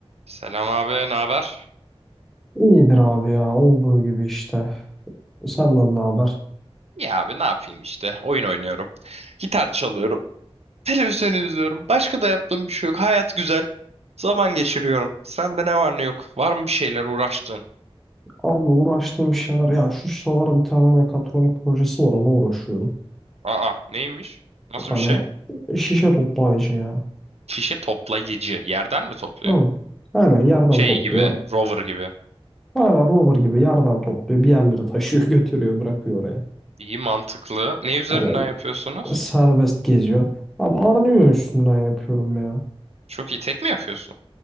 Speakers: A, on the right (about 85°); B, in the centre.
A: Selam abi, ne haber?
B: İyidir abi ya olduğu gibi işte. Senden ne haber?
A: Ya abi ne yapayım işte. Oyun oynuyorum. Gitar çalıyorum. Televizyon izliyorum. Başka da yaptığım bir şey yok. Hayat güzel. Zaman geçiriyorum. Sende ne var ne yok? Var mı bir şeyler uğraştığın?
B: Abi uğraştığım şeyler ya şu sıralar bir tane mekatronik projesi var ona uğraşıyorum.
A: Aa, neymiş? Nasıl
B: Hani
A: bir şey?
B: şişe toplayıcı ya.
A: Şişe toplayıcı. Yerden mi topluyor?
B: Hı. Aynen yerden
A: Şey
B: topluyor.
A: gibi, rover gibi.
B: Aynen rover gibi yerden topluyor. Bir yerlere taşıyor <laughs> götürüyor bırakıyor oraya.
A: İyi mantıklı. Ne üzerinden
B: Hani
A: yapıyorsunuz?
B: serbest geziyor. Abi Arduino üstünden yapıyorum ya.
A: Çok iyi. Tek mi yapıyorsun?